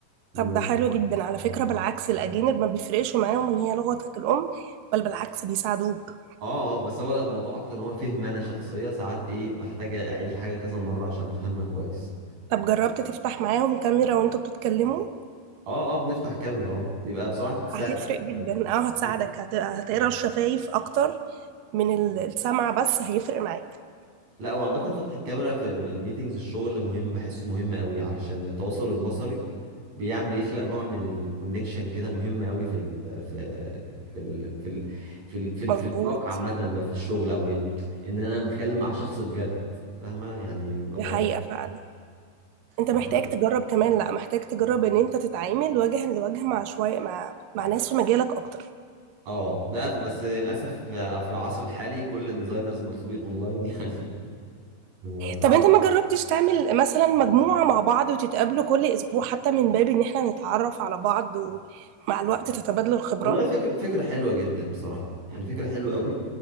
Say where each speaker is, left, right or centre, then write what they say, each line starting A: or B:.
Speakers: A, on the right; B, on the right.
A: و
B: طب
A: اه
B: ده حلو جدا على
A: اه
B: فكرة بالعكس الاجانب ما بيفرقش معاهم ان هي لغتك الام بل بالعكس بيساعدوك
A: آه، بس هو لا، الموضوع اكتر ان هو فهم انا شخصيه ساعات ايه بحتاج اعيد الحاجه كذا مره عشان افهمها كويس
B: طب جربت تفتح معاهم كاميرا وانتوا بتتكلموا
A: اه اه بنفتح كاميرا اه بيبقى بصراحة بتساعد
B: هتفرق جدا
A: جامد
B: اه هتساعدك
A: أوي.
B: هت... هتقرا الشفايف اكتر من ال- السمع بس هيفرق معاك
A: لا هو عامة فتح الكاميرا في ميتينجز الشغل مهم بحسه مهم قوي علشان التواصل البصري بيعمل بيخلق نوع من الكونكشن كده مهم قوي في ال في في ال في ال في ال في, ال
B: مظبوط
A: في العلاقة عامة ما في الشغل او يعني ان انا متكلم مع شخص بجد فاهمة يعني بيبقى موضوع
B: دي حقيقة فعلا انت
A: عامة
B: محتاج تجرب كمان لا محتاج تجرب ان انت تتعامل وجها لوجه مع شوية مع مع ناس في مجالك اكتر
A: اه ده ف- بس للأسف في العصر الحالي كل الديزاينرز مطلوبين اونلاين يعني <laughs> صعب
B: طب انت ما جربتش تعمل مثلا مجموعة مع بعض وتتقابلوا كل اسبوع حتى من باب ان احنا نتعرف على بعض ومع الوقت تتبادلوا الخبرات
A: والله فكرة فكرة حلوة جدا بصراحة يعني فكرة حلوة قوي